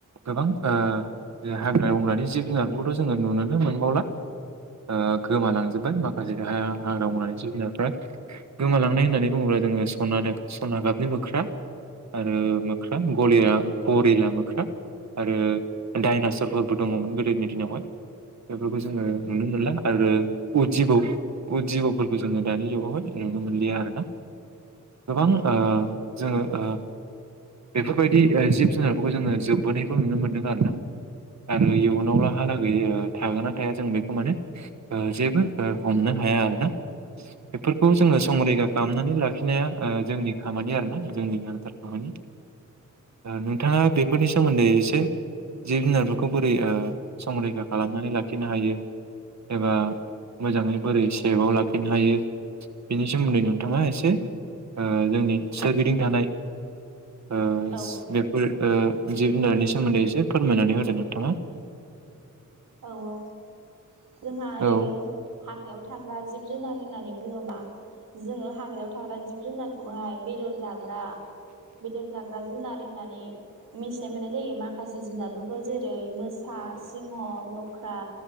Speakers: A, on the right; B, on the right.
A: गोबां ओ जोंहा हाग्रा बंग्रानि जिब जुनारफोरखौथ' जोङो नुनोनो मोनबावला, ओ गोमालांजोब्बाय माखासे जोंहा हाग्रा बंग्रानि जिब जुनारफ्रा गोमालांनाय होननानै बुङोब्ला जोङो सना <unintelligible> <unintelligible> नो मोख्रा आरो मोख्रा गलिया गरिला मोख्रा आरो डाइनासरफोरबो दङ'मोन गोदोनि दिनावहाय बेफोरखौ जोङो नुनो मोनला आरो उद जिबौ उदजिबौफोरखौ जोङो दानि जुगावहाय नुनो मोनलिया आरोना गोबां ओ जोङो ओ बेफोरबायदि ओ जिब- जुनारफोरखौ जोङो जोबबोनायखौ नुनो मोनदों आरोना। आरो इयुनाव लाहालागै ओ थागोना थाया जों बेखौ माने ओ जेबो ओ हमनो हाया आरोना बेफोरखौ जोङो संरैखा खालामनानै ला खिनाया ओ जोंनि खामानि आरो आ जोंनि गोनांथार खामानि ओ नोंथाङा बेफोरनि सोमोन्दै एसे जिब -जुनारफोरखौ बोरै ओ संरैखा खालामनानै लाखिनो हायो एबा मोजाङै बोरै सेभाव लाखिनो हायो बेनि सोमोन्दै नोंथाङा एसे ओ जोंनि सोरगिदिं थानाय ओ
B: औ
A: ज
B: औ
A: बेफोर ओ जिब- जुनारनि सोमोन्दै एसे फोरमायनानै होदो नोंथाङा
B: औ औ जोंहा ओरैनो
A: औ
B: हाग्रायाव थाग्रा जिब -जुनार होननानै बुङोबा जोङो हाग्रायाव थाग्रा जिब- जुनारखौहाय बे जाग्रा बेदर जाग्रा जुनार होननानै मिथिनाय मोननाय जायो माखासे जुनारफोरखौ जेरै मोसा सिंह लख्रा